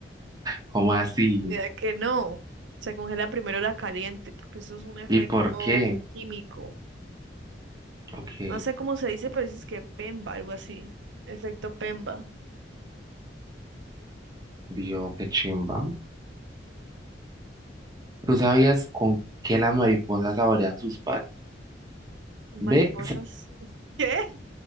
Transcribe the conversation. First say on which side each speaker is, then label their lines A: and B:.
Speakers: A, on the right; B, on the right.
A: ¿Cómo así?
B: mira que no. Se congela primero la caliente porque eso es un efecto
A: ¿Y por qué?
B: químico.
A: Ok,
B: No sé cómo se dice, pero dices que PEMBA, algo así. Efecto PEMBA.
A: Dios, qué chimba. ¿Tú sabías con qué las mariposas saborean sus patas?
B: Mariposas.
A: ¿Ves?
B: <laughs> ¿Qué?